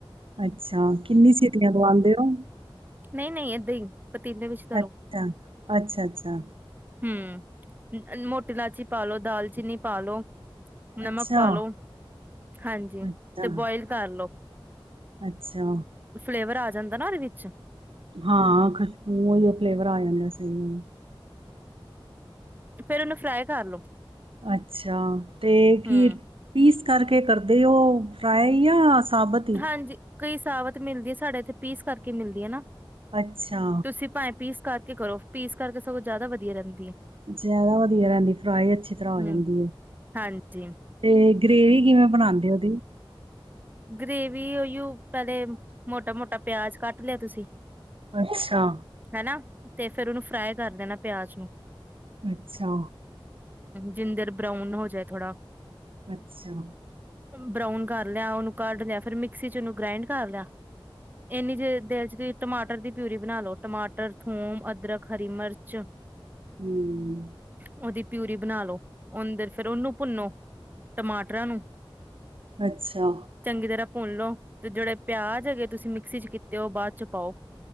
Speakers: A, on the right (about 75°); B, on the right (about 20°).
A: ਅੱਛਾ, ਕਿੰਨੀ ਸੀਟੀਆਂ ਦਵਾਉਂਦੇ ਹੋ।
B: ਨਹੀਂ-ਨਹੀਂ, ਏਦਾਂ ਹੀ ਪਤੀਲੇ ਵਿੱਚ ਧਰੋ
A: ਅੱਛਾ, ਅੱਛਾ-ਅੱਛਾ,
B: ਹੂੰ, ਮੋਟੀ ਲਾਚੀ ਪਾਲੋ ਦਾਲਚੀਨੀ ਪਾਲੋ। ਨਮਕ
A: ਅੱਛਾ,
B: ਪਾ ਲੋ ਹਾਂਜੀ,
A: ਅੱਛਾ,
B: ਤੇ ਬਇਲ ਕਰ ਲੋ
A: ਅੱਛਾ,
B: ਫਲੇਵਰ ਆ। ਜਾਂਦਾ ਨਾ ਉਹਦੇ ਵਿੱਚ
A: ਹਾਂ ਖੁਸ਼ਬੂ ਹੀ ਉਹ ਫਲੇਵਰ ਆ ਜਾਂਦਾ ਸਹੀ
B: ਫਿਰ ਉਹਨੂੰ ਫਰਾਈ ਕਰ ਲੋ
A: ਅੱਛਾ ਤੇ ਕੀ
B: ਹਮ
A: ਪੀਸ ਕਰਕੇ ਕਰਦੇ ਉਹ ਫਰਾਏ ਆ ਸਾਬਤ ਹੀ
B: ਹਾਂਜੀ ਕਈ ਸਾਬਤ ਮਿਲਦੀ ਸਾਡੇ ਇੱਥੇ ਪੀਸ ਕਰਕੇ ਮਿਲਦੀ ਹੈ ਨਾ
A: ਅੱਛਾ
B: ਤੁਸੀਂ ਭਾਵੇਂ ਪੀਸ ਕਰਕੇ ਕਰੋ ਪੀਸ ਕਰਕੇ ਸਗੋਂ ਜ਼ਿਆਦਾ ਵਧੀਆ ਰਹਿੰਦੀ ਹੈ
A: ਜ਼ਿਆਦਾ ਵਧੀਆ ਰਹਿੰਦੀ ਫਰਾਈ ਅੱਛੀ ਤਰ੍ਹਾਂ ਹੋ
B: ਹਮ
A: ਜਾਂਦੀ ਹੈ
B: ਹਾਂਜੀ
A: ਤੇ ਗਰੇੇਵੀ ਕਿਵੇਂ ਬਣਾਉਂਦੇ ਉਹਦੀ
B: ਗ੍ਰੈਵੀ ਪਹਿਲੇ ਮੋਟਾ ਮੋਟਾ ਪਿਆਜ ਕੱਟ ਲਿਆ ਤੁਸੀਂ
A: ਅੱਛਾ,
B: ਹਨਾ ਤੇ ਫਿਰ ਉਹਨੂੰ ਫਰਾਈ ਕਰ ਦੇਣਾ ਪਿਆਜ ਨੂੰ
A: ਅੱਛਾ
B: ਜਿੰਦਰ ਬਰਾਊਨ ਹੋ ਜਾਏ ਥੋੜਾ
A: ਅੱਛਾ
B: ਬਰਾਊਨ ਕਰ ਕਰ ਲਿਆ ਉਹਨੂੰ ਕੱਢ ਦਿਆ ਫਿਰ ਮਿਕਸੀ ਚ ਉਹਨੂੰ ਗ੍ਰਾਇੰਡ ਕਰ ਲਿਆ ਇੰਨੀ ਜੇ ਦੇਰ ਚ ਵੀ <unintelligible> ਟਮਾਟਰ ਦੀ ਪਿਊਰੀ ਬਣਾ ਲੋ ਟਮਾਟਰ ਥੂਮ ਅਦਰਕ ਹਰੀ ਮਿਰਚ
A: ਹਮ
B: ਉਹਦੀ ਪਿਊਰੀ ਬਣਾ ਲੋ ਓਨੀ ਦੇਰ ਫਿਰ ਉਹਨੂੰ ਭੁੰਨੋ ਟਮਾਟਰਾਂ ਨੂੰ
A: ਅੱਛਾ
B: ਚੰਗੀ ਤਰ੍ਹਾਂ ਭੁੰਨ ਲੋ ਤੇ ਜਿਹੜੇ ਪਿਆਜ ਹੈਗੇ ਤੁਸੀਂ ਮਿਕਸੀ ਚ ਕੀਤੇ ਉਹ ਬਾਅਚ ਪਾਓ